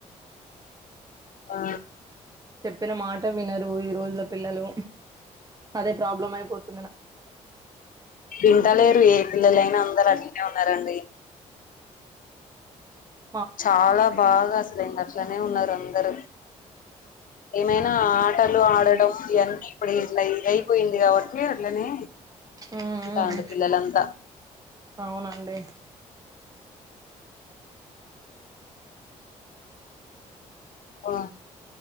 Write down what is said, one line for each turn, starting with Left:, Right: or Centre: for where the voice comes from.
Left: ఆ
Right: చెప్పిన మాట వినరు ఈ రోజుల పిల్లలు అదే ప్రాబ్లం అయిపోతు
Left: వింటలేరు ఏ పిల్లలైనా అందరు అట్లనే ఉన్నారండి
Right: ఆ
Left: చాలా బాగా సిలిండర్లోనే ఉన్నారు అందరుూ ఏమైనా ఆటలు ఆడ ఇవన్నీ ఇప్పుడు ఇట్లా అయిపోయింది కాబట్టి అట్లనే
Right: ఉమ్
Left: అంటా ఉంట పిల్లలు ఎంతా
Right: అవునండి
Left: ఆఓ